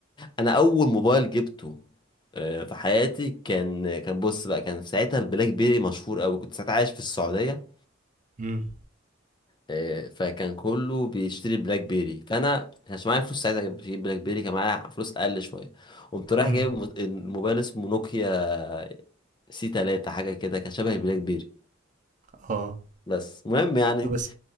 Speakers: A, on the left (about 25°); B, on the right (about 40°).
A: انا اول موبايل جبته آه، في حياتي كان كان بص بقى كان في ساعتها البلاك بيري مشهور قوي كنت ساعتها عايش في السعوديه
B: امم
A: آه، فكان كله بيشتري بلاك بيري فانا كانش معايا فلوس ساعتها اجيب بلاك بيري كان معايا فلوس اقل شويه قمت رايح
B: امم
A: جايب مو- الموبايل اسمه نوكيا سي 3 حاجه كده كان شبه البلاك بيري
B: اه
A: بس المهم يعني
B: بس